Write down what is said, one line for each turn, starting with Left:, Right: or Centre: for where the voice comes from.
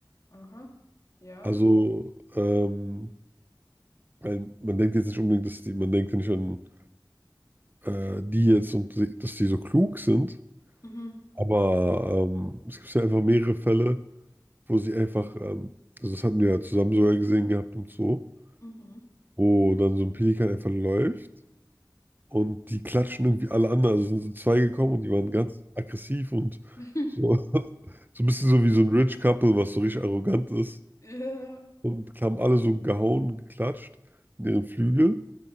Left: aha, ja.
Right: Also, ähm, ein, man denkt jetzt nicht unbedingt, dass die, man denkt ja nicht an äh, die jetzt und sie- dass die so klug sind,
Left: Mhm,
Right: aber ähm, es gibt ja einfach mehrere Fälle, wo sie einfach, ähm, also das hatten wir ja zusammen sogar gesehen gehabt im Zoo,
Left: mhm.
Right: wo dann so ein Pelikan einfach läuft und die klatschen irgendwie alle anderen, also sind so zwei gekommen und die waren ganz aggressiv und
Left: <laughs>
Right: so, <laughs> so ein bisschen so wie so ein Rich Couple, was so richtig arrogant ist
Left: Ja.
Right: und haben alle so gehauen und geklatscht in ihren Flügel